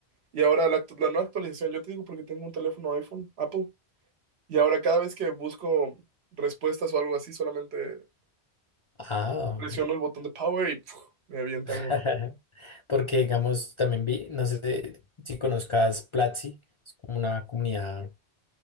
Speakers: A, on the right (about 75°); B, on the left (about 45°).
A: Y ahora la, actu- la nueva actualización, yo te digo porque tengo un teléfono iPhone, Apple, Y ahora cada vez que busco respuestas o algo así, solamente
B: Ah,
A: presiono el botón de power y puf, me avienta
B: <laughs>
A: algo más.
B: Porque, digamos, también vi, no sé si conozcas Platzi, es como una comunidad